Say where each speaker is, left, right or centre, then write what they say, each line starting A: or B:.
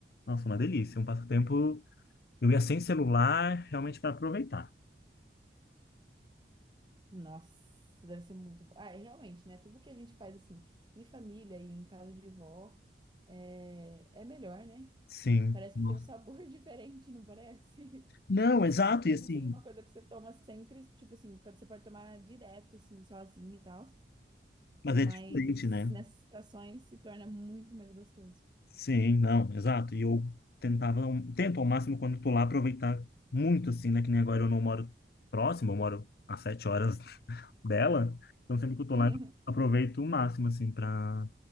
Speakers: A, on the left; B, on the right.
A: Nossa, uma delícia, um passatempo. Eu ia sem celular, realmente para aproveitar.
B: Nossa, deve ser muito bom. Ah, é realmente, né? Tudo que a gente faz assim, em família e em casa de vó, é, é melhor, né?
A: Sim.
B: Parece
A: Nossa.
B: que tem um sabor <laughs> diferente, não parece?
A: Não, exato,
B: Mesmo
A: e assim,
B: que seja uma coisa que você toma sempre, tipo assim, pode- você pode tomar direto, assim, sozinho e tal.
A: mas
B: Mas
A: é diferente, né?
B: nessas situações se torna muito mais gostoso.
A: Sim, não, exato. E eu tentava, um, tento ao máximo quando tô lá aproveitar muito, assim, né? Que nem agora eu não moro próximo, eu moro a sete horas <laughs> dela. Então sempre que eu tô
B: <laughs>
A: lá, eu aproveito o máximo, assim, pra,